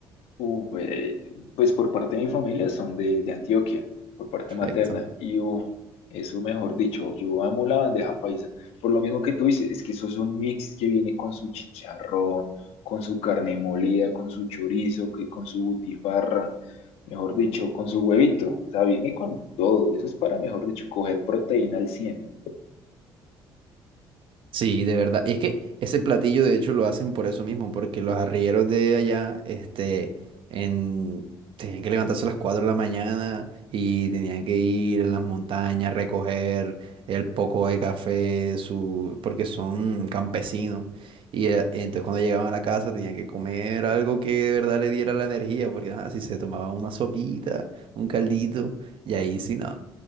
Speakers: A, on the left (about 55°); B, on the right (about 45°).
A: Uf, eh, pues por parte de mi familia son de, de Antioquia, por parte
B: Perfecto.
A: materna. Y uf, eso mejor dicho, yo amo la bandeja paisa. Por lo mismo que tú dices, es que eso es un mix que viene con su chicharrón, con su carne molida, con su chorizo, que con su butifarra, mejor dicho, con su huevito. O sea, viene con todo. Eso es para, mejor dicho, coger proteína al cien.
B: Sí, de verdad. Y es que ese platillo, de hecho, lo hacen por eso mismo, porque los arrieros de allá, este, en... tenían que levantarse a las 4 de la mañana y tenían que ir a las montañas, recoger el poco de café, su... porque son campesinos. Y eh, entonces cuando llegaban a la casa tenían que comer algo que de verdad le diera la energía, porque ajá, si se tomaban una sopita, un caldito, y ahí sí, no.